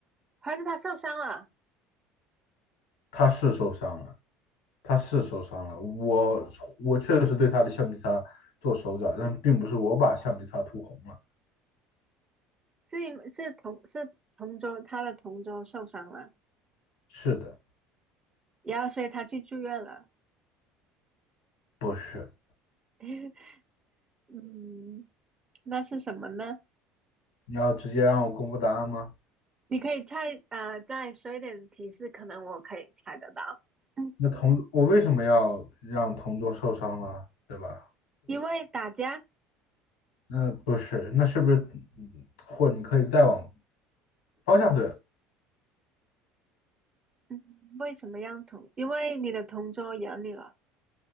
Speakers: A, on the right; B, on the left.
A: 还是他受伤了？
B: 他是受伤了，他是受伤了，我我确实对他的橡皮擦做手脚，但并不是我把橡皮擦涂红了。
A: 是因是同是同桌，他的同桌受伤了，
B: 是的，
A: 然后所以他去住院了。
B: 不是。
A: <laughs> 嗯，那是什么呢？
B: 你要直接让我公布答案吗？
A: 你可以再啊再说一点提示，可能我可以猜得到。嗯，
B: 那同，我为什么要让同桌受伤呢？对吧？
A: 因为打架。
B: 那不是，那是不是，嗯或你可以再往方向对，
A: 嗯，为什么让同？因为你的同桌养你了，